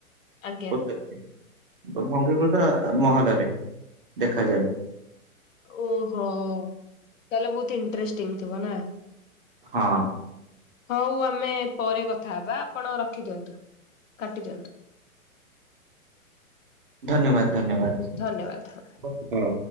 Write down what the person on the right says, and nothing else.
<unintelligible> ମହଲରେ ଦେଖାଯାଏ।
ହଁ
ଧନ୍ୟବାଦ ଧନ୍ୟବାଦ।
ହୁଁ।